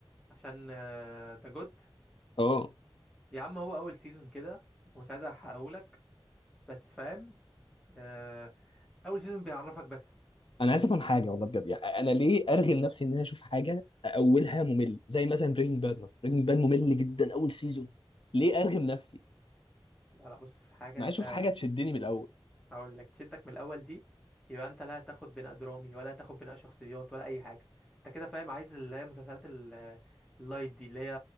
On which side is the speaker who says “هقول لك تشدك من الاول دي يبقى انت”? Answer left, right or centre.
Centre